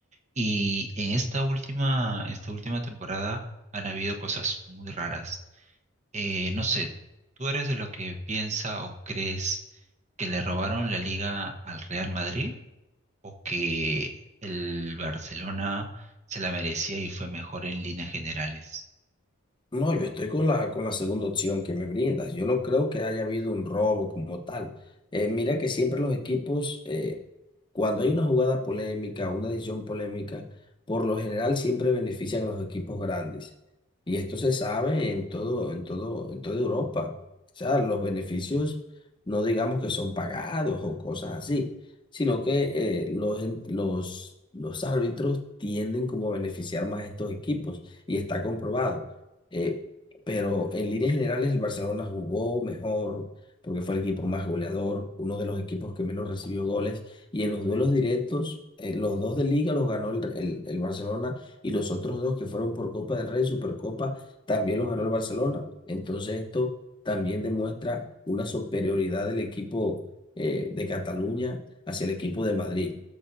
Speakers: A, on the right; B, on the left.
A: Y en esta última, esta última temporada han habido cosas muy raras. Eh, no sé, ¿tú eres de lo que piensa o crees que le robaron la liga al Real Madrid o que el Barcelona se la merecía y fue mejor en líneas generales?
B: No, yo estoy con la, con la segunda opción que me brindas. Yo no creo que haya habido un robo como tal. Eh, mira que siempre los equipos, eh, cuando hay una jugada polémica, una decisión polémica, por lo general siempre benefician a los equipos grandes. Y esto se sabe en todo, en todo, en toda Europa. O sea, los beneficios no digamos que son pagados o cosas así, sino que eh, los, en- los, los árbitros tienden como a beneficiar más a estos equipos y está comprobado. Eh, pero en líneas generales el Barcelona jugó mejor porque fue el equipo más goleador, uno de los equipos que menos recibió goles y en los duelos directos, eh, los dos de Liga los ganó el, el, el Barcelona y los otros dos que fueron por Copa del Rey, Supercopa, también los ganó el Barcelona. Entonces esto también demuestra una superioridad del equipo eh, de Cataluña hacia el equipo de Madrid.